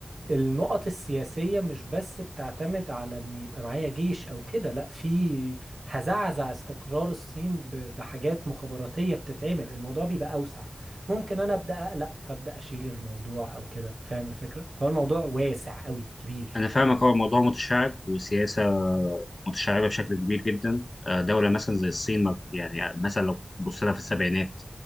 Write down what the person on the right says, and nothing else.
النقط السياسية مش بس بتعتمد على ان يبقى معايا جيش او كده لا في هزعزع استقرار الصين ب- بحاجات مخابراتية بتتعمل الموضوع بيبقى اوسع ممكن انا ابدا اقلق فابدا اشيل الموضوع او كده فاهم الفكرة فالموضوع واسع قوي كبير
مم.